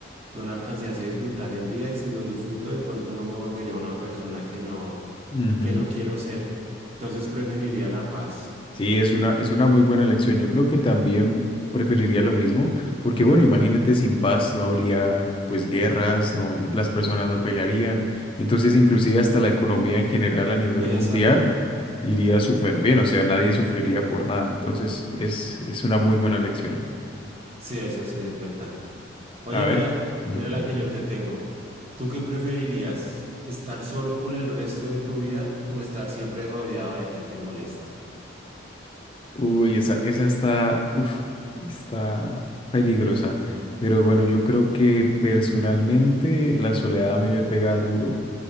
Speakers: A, on the right (about 35°); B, on the left (about 25°).
A: no lo alcanzase a disfrutar en vida y si lo disfruto de pronto no me volvería una persona que no,
B: Ujú.
A: que no quiero ser. Entonces preferiría la paz.
B: Sí, es una, es una muy buena elección. Yo creo que también preferiría lo mismo, porque bueno, imagínate, sin paz no habría pues guerras, no, las personas no pelearían. Entonces, inclusive hasta la economía en general a nivel
A: Exacto.
B: mundial iría súper bien, o sea, nadie sufriría por nada. Entonces, es, es una muy buena elección.
A: Sí, eso sí es verdad. Oye,
B: A
A: mira,
B: ver. Ujú.
A: mira la que yo te tengo. ¿Tú qué preferirías? ¿Estar solo por el resto de tu vida o estar siempre rodeado de gente molesta?
B: Uy, esa, esa está, uf, está peligrosa. Pero bueno, yo creo que personalmente la soledad a mí me pega duro.